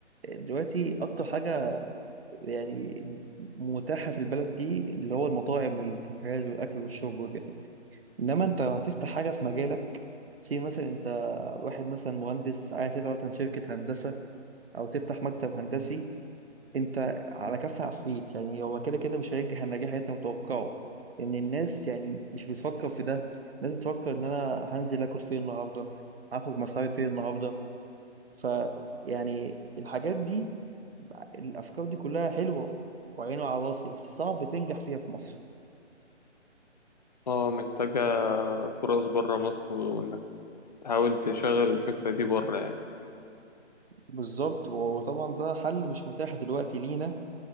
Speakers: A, on the right; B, on the left.
A: دلوقتي اكتر حاجه يعني متاحه في البلد دي اللي هو المطاعم والكافيهات والاكل والشرب وكده انما انت هتفتح حاجه في مجالك سي مثلا انت واحد مثلا مهندس عايز تفتح مثلا شركه هندسه او تفتح مكتب هندسي انت على كف عفريت يعني هو كده كده مش هينجح النجاح اللي انت متوقعه لان الناس يعني مش بتفكر في ده الناس بتفكر ان انا هنزل اكل فين النهارده هاخد مصاري فين النهارده ف يعني الحاجات دي الافكار دي كلها حلوه وعينه على راسي بس صعب تنجح فيها في مصر
B: اه محتاجة فرص بره مصر وإنك تحاول تشغل الفكرة دي بره يعني
A: بالظبط وطبعا ده حل مش متاح دلوقتي لينا